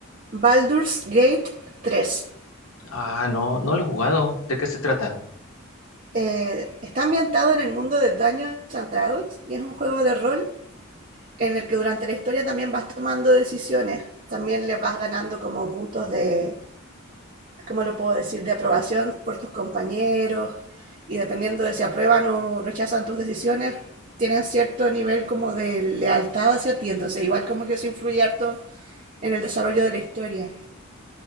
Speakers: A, on the right (about 40°); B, on the left (about 85°).
A: Baldur's Gate 3.
B: Ah, no, no lo he jugado. ¿De qué se trata?
A: Eh, está ambientado en el mundo de Dungeons and Dragons y es un juego de rol en el que durante la historia también vas tomando decisiones. También le vas ganando como puntos de, ¿cómo lo puedo decir?, de aprobación por tus compañeros y dependiendo de si aprueban o rechazan tus decisiones, tienen cierto nivel como de lealtad hacia ti. Entonces, igual como que eso influye harto en el desarrollo de la historia.